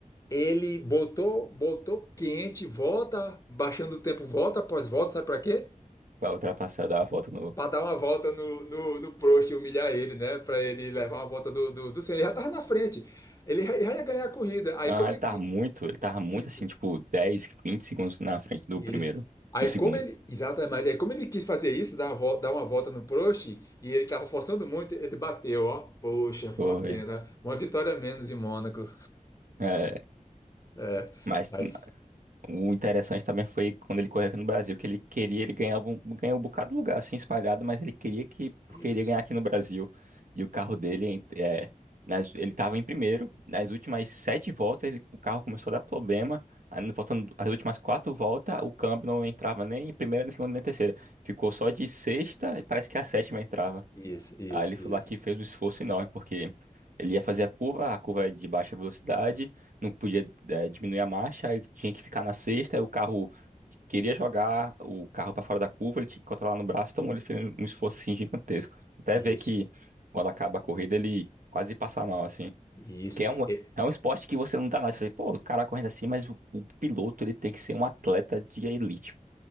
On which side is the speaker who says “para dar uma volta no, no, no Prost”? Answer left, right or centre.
Left